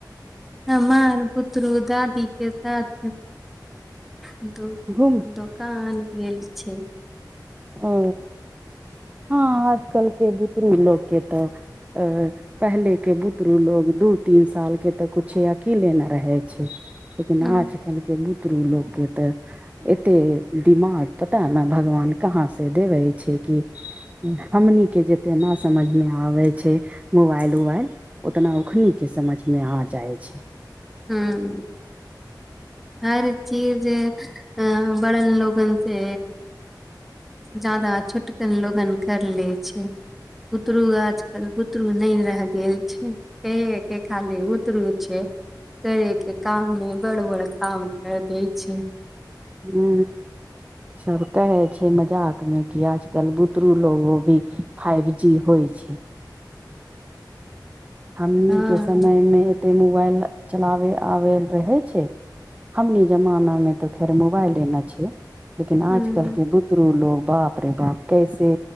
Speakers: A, in the centre; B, on the right (about 20°).
A: हमार बुतरू दादी के साथ दू
B: तऽ घुम
A: दू कान गेल छै
B: ओ हँ आजकल के बुतरू लोक के तऽ अ पहिलेके बुतरू लोग दू तीन साल के तऽ कुछे अकिले नहि रहै छै लेकिन
A: हम्म,
B: आजकल के बुतरू लोक के त एतेक दिमाग पता नहि भगवान कहाँ से देबै छै कि हमनिके जेते ना समझमे आबै छै मोबाइल उबाइल ओतना ओखनी के समझ मे आ जाए छै
A: हूँ हर चीजेऽ अ बड़न लोगन से जादा छोटकन लोगन कर ले छै बुतरू आजकल बुतरू नहि रेह गेल छै हूँ के खाली उतरू छै करे के काम मे उ बरबर काम कर दै छै
B: हू सब कहै छै मजाक मे कि आजकल बुतरू लोग ओ भी फाइव जी होइ छै हमनीके
A: हँ
B: समयमे एतेक मोबाइल चलाबय आबैत रहै छै हमनी जमानामे त खैर मोबाइले ने छै लेकिन
A: ह
B: आजकल के बु तुम लोग बाप रे बाप कैसे